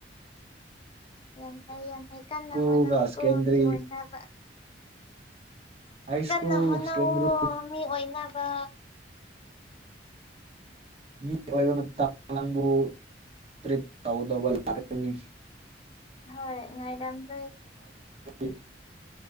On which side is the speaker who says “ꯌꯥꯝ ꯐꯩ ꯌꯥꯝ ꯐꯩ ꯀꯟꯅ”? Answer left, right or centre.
Left